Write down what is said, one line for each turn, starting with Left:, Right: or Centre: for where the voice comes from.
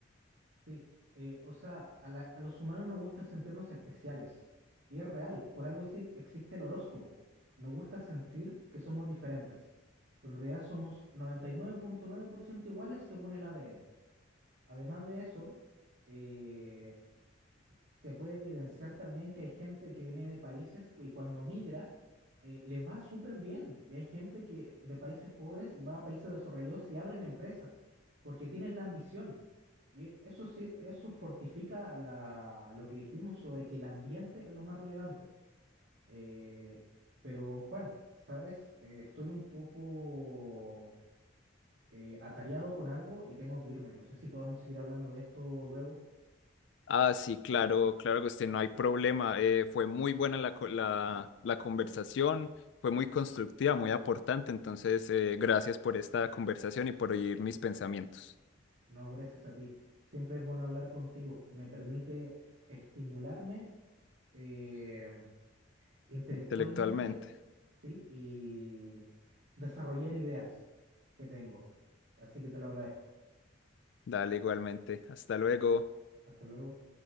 Right: Sí, eh, o sea, a, la- a los humanos nos gusta sentirnos especiales. Y es real, por algo sí existe el horóscopo. Nos gusta sentir que somos diferentes. Pero en realidad somos noventa y nueve nueve punto nueve por ciento iguales según el ADN. Además de eso, eh, se puede evidenciar también que hay gente que viene de países cu- y cuando migra eh, les va súper bien. Y hay gente que de países pobres va a países desarrollados y abren empresas porque tienen la ambición. Y eso sí, eso fortifica la- lo que dijimos sobre que el ambiente es lo más relevante. Eh, pero Juan, ¿sabes? Eh, estoy un poco eh, atareado con algo y tengo que irme. No sé si podamos seguir hablando de esto luego.
Left: Ah, sí, claro, claro que usted no hay problema. Eh, fue muy buena la, co- la, la conversación, fue muy constructiva, muy aportante. Entonces, eh, gracias por esta conversación y por oír mis pensamientos
Right: No, gracias a ti. Siempre es bueno hablar contigo. Me permite estimularme eh, intelectualmente,
Left: intelectualmente.
Right: ¿sí? Y desarrollar ideas que tengo. Así que te lo agradezco.
Left: Dale igualmente. Hasta luego.
Right: Hasta luego.